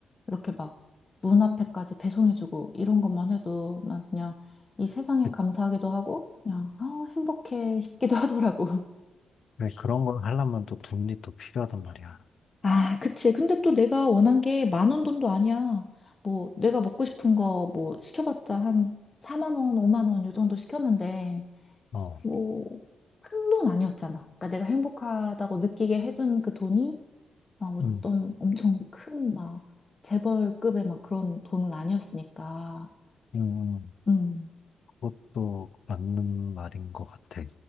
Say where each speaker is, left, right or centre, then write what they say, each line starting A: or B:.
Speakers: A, on the left (about 30°); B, on the left (about 60°).
A: 이렇게 막 문 앞에까지 배송해주고 이런 것만 해도 난 그냥 이 세상에
B: 그-
A: 감사하기도 하고 그냥 아 행복해 싶기도 <laughs> 하더라고.
B: 그 그런 걸 하려면 또 돈이 또 필요하단 말이야.
A: 아, 그치. 근데 또 내가 원한 게 만 원 돈도 아니야. 뭐, 내가 먹고 싶은 거 뭐 시켜봤자 한 4만 원, 5만 원 요 정도 시켰는데,
B: 어,
A: 뭐, 큰 돈 아니었잖아. 그러니까 내가 행복하다고 느끼게 해준 그 돈이 막 어떤
B: 음,
A: 엄청 큰 막 재벌급의 막 그런 돈은 아니었으니까.
B: 음, 음.
A: 음.
B: 그것도 맞는 말인 것 같아.